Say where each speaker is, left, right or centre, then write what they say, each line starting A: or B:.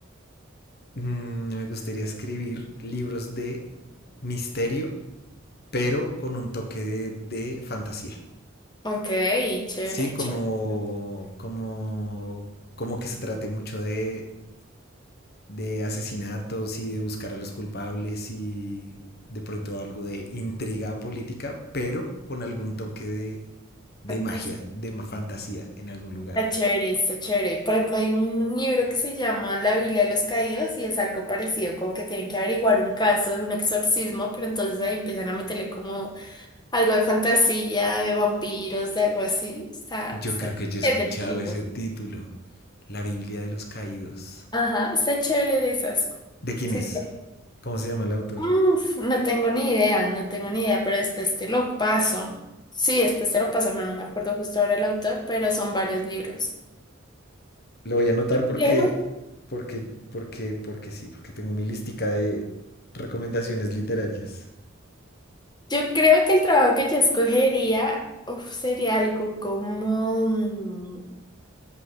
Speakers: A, on the left (about 55°); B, on the left (about 20°).
A: Mm, me gustaría escribir libros de misterio, pero con un toque de, de fantasía.
B: Ok, chévere,
A: Sí, como,
B: chévere.
A: como, como que se trate mucho de, de asesinatos y de buscar a los culpables y de pronto algo de intriga política, pero con algún toque de, de
B: Fantástico.
A: magia, de ma- fantasía en algún lugar.
B: Está chévere, está chévere. Por ejemplo, hay un libro que se llama La Biblia de los Caídos y es algo parecido, como que tienen que averiguar un caso de un exorcismo, pero entonces ahí empiezan a meterle como algo de fantasía, de vampiros, de algo así. Está,
A: Yo
B: está,
A: creo que yo he
B: es
A: escuchado
B: del tipo.
A: ese título, La Biblia de los Caídos.
B: Ajá, está chévere de esas.
A: ¿De quién
B: Sí,
A: es? ¿Cómo se llama el autor?
B: Uf, no tengo ni idea, no tengo ni idea, pero después te lo paso. Sí, después te lo paso, no, no me acuerdo justo ahora el autor, pero son varios libros.
A: Lo voy a anotar
B: Yo
A: porque,
B: creo,
A: porque, porque, porque sí, porque tengo mi lística de recomendaciones literarias.
B: yo creo que el trabajo que yo escogería, uf, sería algo como, mm,